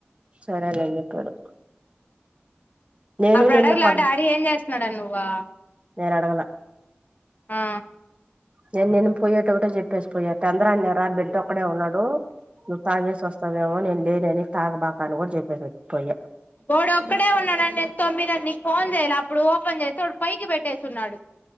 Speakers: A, on the right; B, on the left.
A: సరేలే అని చెప్పాడు నేను
B: అప్పుడు
A: నిన్న
B: అడగలె
A: ప
B: డాడీ ఏం చేస్తున్నాడాని నువ్వా
A: నెన్ అడగాలే
B: ఆ
A: నేను నేను పోయేటపుడే చెప్పేసి పోయా తొందరన్నా ర బిడ్డ ఒక్కడే ఉన్నాడు నువ్వు తాగేస్ సస్తవేమో నేను లేనని తాగబాకని కూడా చెప్పేసి పోయా
B: వాడు ఒక్కడే ఉన్నాడని నేను తొమ్మిదికు ఫోన్ చేయాల అప్పుడు ఓపెన్ చేస్తే వాడు పైకి పెట్టేసున్నాడు